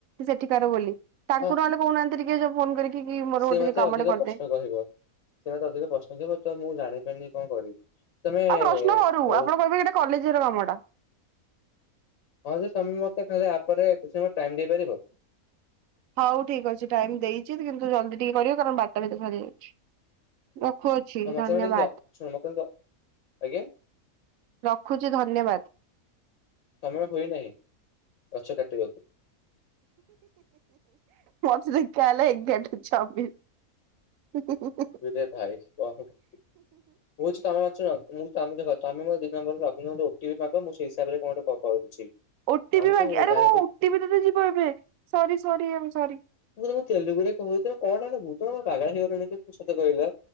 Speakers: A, on the right; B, on the left.
A: ସେଠିକାର ବୋଲି। ତାଙ୍କୁ
B: ହଁ
A: ନହେଲେ କହୁନାହାନ୍ତି ଟିକେ ଫୋନ କରିକି। କି ମୋର
B: ସିଏ
A: ଗୋଟେ
B: ମତେ
A: କାମଟେ
B: ଅଧିକ
A: କରିଦେ।
B: ପ୍ରଶ୍ନ କହିବ ସିଏ ମତେ ଅଧିକ ପ୍ରଶ୍ନ କହିବ ତ ମୁଁ ଜାଣିପାରିନି କଣ କରିବି। ତମେ
A: ଆ ପ୍ରଶ୍ନ କରୁ
B: ହଉ
A: ଆପଣ କହିବେ କି ଏଟା କଲେଜର କାମ ଏଟା।
B: ହଁ ଯେ ତମେ ମତେ କାଲି ଆପରେ କିଛି ସମୟ ଟାଇମ ଦେଇପାରିବ।
A: ହଉ ଠିକ୍ ଅଛି ଟାଇମ ଦେଇଛି କିନ୍ତୁ ଜଲ୍ଦି ଟିକେ କରିବ କାରଣ ବାରଟା ଭିତରେ ସରି ଯାଉଛି। ରଖୁଛି
B: ହଁ ମତେ
A: ଧନ୍ୟବାଦ।
B: ମତେ ଶୁଣ ମତେ ଆଜ୍ଞା
A: ରଖୁଛି ଧନ୍ୟବାଦ।
B: ସମୟ ହୋଇନାହିଁ ଗଛ କାଟିବାକୁ।
A: ମତେ ଦେଖା ଗଲା ଏଗର ଟା ଛବି ହୁଁ ହୁଁ।
B: ଇରେ ଭାଇ କଣ କରୁଛୁ <unintelligible> ମୁଁ ତମେ ଦେଖ ତମେ ମୋ ଦି ନମ୍ବର ଲଗନ ଓଟିିପି ମାଗ ମୁଁ ସେଇି ହିସାବରେ କଣ ଗୋଟେ କରୁଛି <unintelligible>
A: ଓଟି
B: ଆମକୁ
A: ପି ମାଗି ଆରେ
B: ଜାଣିପା
A: ହଁ ଓଟି ପି ତ ଯିବ ଏବେ ସରି ସରି ଆଇ ମ୍ ସରୀ।
B: ମୁଁ ତେଲଗୁରେ କହୁ ତ କଣ ଅଣିବୁ ପାଗଳା ହେଇଗଲିଣି କି ସତ କହିଲା